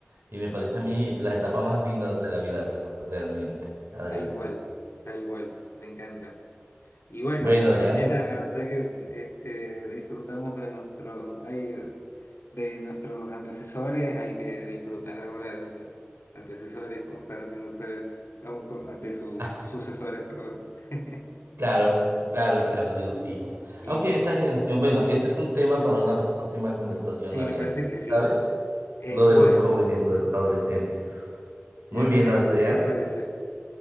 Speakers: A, on the right; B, on the left.
A: Y me parece a mí la etapa más linda de la vida realmente, Adrián.
B: tal cual, tal cual, me encanta. Y bueno,
A: Bueno,
B: y
A: Adrián,
B: también
A: entonces,
B: ah, ya
A: <laughs>
B: que este, disfrutamos de nuestro, ay, de nuestros antecesores, hay que disfrutar ahora de los antecesores, como están haciendo ustedes, aún co- de sus
A: ah,
B: sucesores, perdón. <laughs>
A: claro, claro, claro, de los hijos.
B: Y
A: Aunque esta generación, bueno, ese es un tema para una próxima conversación,
B: sí,
A: Adrián.
B: me parece que sí.
A: ¿Sabes?
B: Eh,
A: Lo
B: bueno,
A: de los jóvenes, lo de los adolescentes. Muy
B: me
A: bien,
B: parece,
A: Adrián.
B: me reparece.